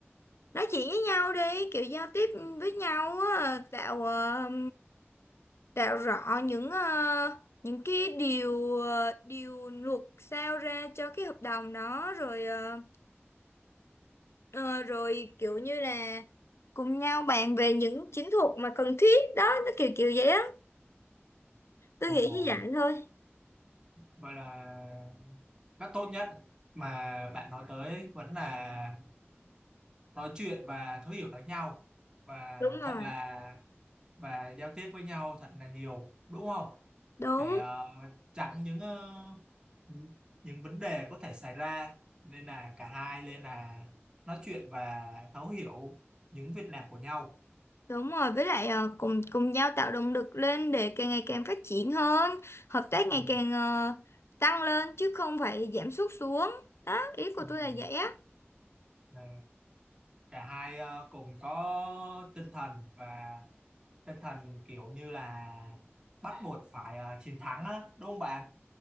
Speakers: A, on the left (about 70°); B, on the right (about 20°).
A: nói chuyện với nhau đi kiểu giao tiếp với nhau á, tạo ờ, Đạo rõ những ờ, những cái điều ờ, điều luật sao ra cho cái hợp đồng đó rồi ờ, ờ, rồi kiểu như là cùng nhau bàn về những chiến thuật mà cần thiết đó nó kiểu kiểu vậy á tôi
B: Ồ,
A: nghĩ như vậy thôi
B: vậy là cách tốt nhất mà bạn nói tới vẫn là nói chuyện và thấu hiểu lẫn nhau và
A: đúng rồi
B: thật là và giao tiếp với nhau thật là nhiều đúng không
A: đúng
B: để ờ, chặn những ờ, những những vấn đề có thể xảy ra nên là cả hai nên là nói chuyện và thấu hiểu những việc làm của nhau
A: đúng rồi với lại ờ, cùng cùng nhau tạo động lực lên để càng ngày càng phát triển hơn hợp tác ngày
B: Ừ.
A: càng ờ, tăng lên chứ không phải giảm sút xuống đó ý của
B: Ừ.
A: tôi là vậy á
B: là cả hai ờ, cùng có tinh thần và tinh thần kiểu như là bắt buộc phải ờ, chiến thắng á đúng không bạn